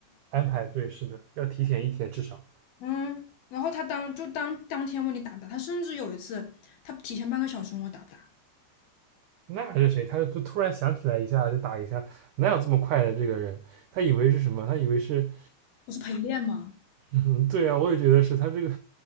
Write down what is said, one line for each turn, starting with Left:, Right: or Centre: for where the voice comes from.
Right: 安排对，是的，要提前一天至少。
Left: 嗯，然后他当就当当天问你打不打，他甚至有一次他提前半个小时问我打不打，
Right: 那还是谁？他就突然想起来一下，就打一下，哪有这么快的这个人？他以为是什么？他以为是，
Left: 我是陪练吗？
Right: 嗯，对啊，我也觉得是他这个，